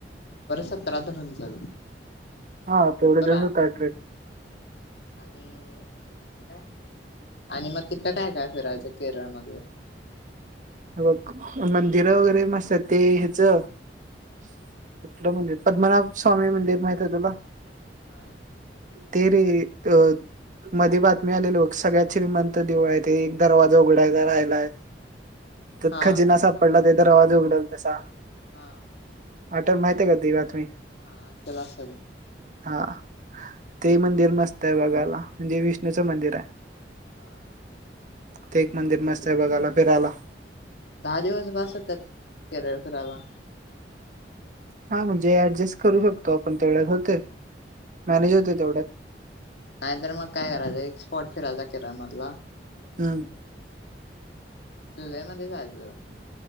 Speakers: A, on the left; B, on the right.
A: सतरा धरून चाल
B: हा तेवढ्यात
A: बरोबर आहे
B: होतय ट्रिप
A: आणि काय आणि मग तिथ काय काय फिरायचं केरळमध्ये
B: बघ मंदिर वगैरे मस्त आहेत ह्याचलं मंदिर पद्मनाव स्वामी मंदिर माहित आहे तुला?
A: नाही
B: ते रे अ मध्ये बातमी आलेल सगळ्यात श्रीमंत देवळ आहे ते एक दरवाजा उघडाय राहिलाय त
A: हा
B: खजिना सापडला त्यात दरवाजा उघडल तसा
A: हा.
B: आठव माहितय का ती बातमी?
A: हा असल असल!
B: हा ते मंदिर मस्त आहे बघायला म्हणजे विष्णूचं मंदिर आहे.
A: हा.
B: ते एक मंदिर मस्त आहे बघायला फिरायला.
A: दहा दिवस बस होत्यात? केरळ फिरायला!
B: हा म्हणजे ऍडजस्ट करू शकतो आपण तेवढ्यात होतय मॅनेज होते तेवढ्यात.
A: नाहीतर मग काय करायचं एक स्पॉट फिरायचा केराय मधला
B: हम्म.
A: जुलै मध्ये जायचं.